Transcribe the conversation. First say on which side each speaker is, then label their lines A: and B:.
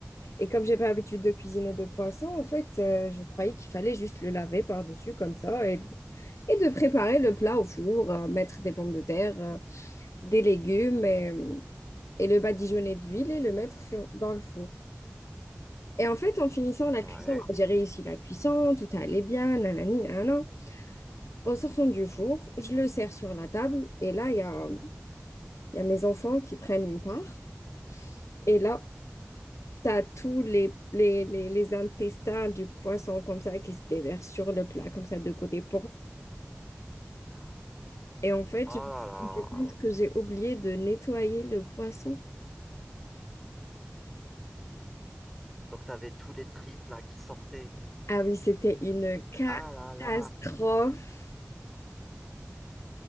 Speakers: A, on the left (about 75°); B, in the centre.
A: Et comme j'ai pas l'habitude de cuisiner de poisson, en fait, euh, je croyais qu'il fallait juste le laver par-dessus comme ça et, et de préparer le plat au four, euh, mettre des pommes de terre, euh, des légumes et, euh, et le badigeonner d'huile et le mettre sur, dans le four. Et en fait, en finissant la
B: Ouais.
A: cuisson, hein, j'ai réussi la cuisson, tout allait bien, nanani, nanana. En sortant du four, je le sers sur la table et là, il y a il y a mes enfants qui prennent une part. Et là, tu as tous les, les, les, les intestins du poisson comme ça qui se déversent sur le plat, comme ça de côté.
B: Ah
A: Et en fait,
B: Ah
A: je me
B: là
A: suis rendu
B: là.
A: compte que j'ai oublié de nettoyer le poisson.
B: Mm. Donc, tu avais tous les triples là qui sortaient.
A: Ah oui, c'était une catastrophe.
B: Ah là là. Ah.